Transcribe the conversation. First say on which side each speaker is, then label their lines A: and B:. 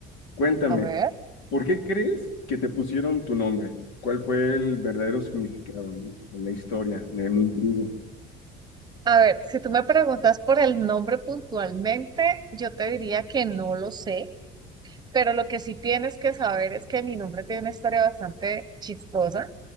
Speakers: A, on the left (about 90°); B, on the right (about 20°).
A: Cuéntame,
B: A ver.
A: ¿por qué crees que te pusieron tu nombre? ¿Cuál fue el verdadero significado, no? En la historia, me, me intriga.
B: A ver, si tú me preguntas por el nombre puntualmente, yo te diría que no lo sé, pero lo que sí tienes que saber es que mi nombre tiene una historia bastante chistosa